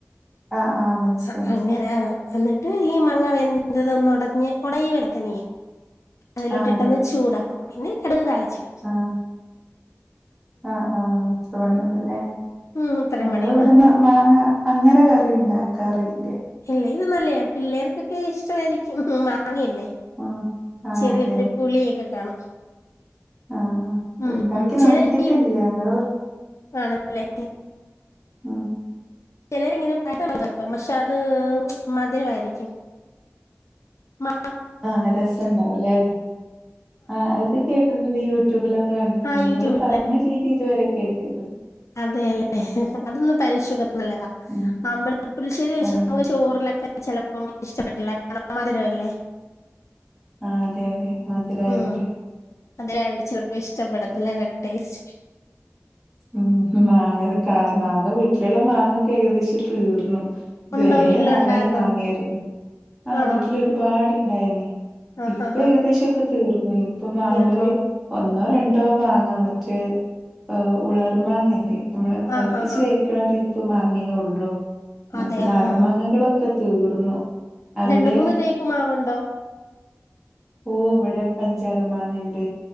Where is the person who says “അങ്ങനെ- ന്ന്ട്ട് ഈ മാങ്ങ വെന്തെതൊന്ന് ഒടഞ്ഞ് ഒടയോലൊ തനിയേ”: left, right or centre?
Left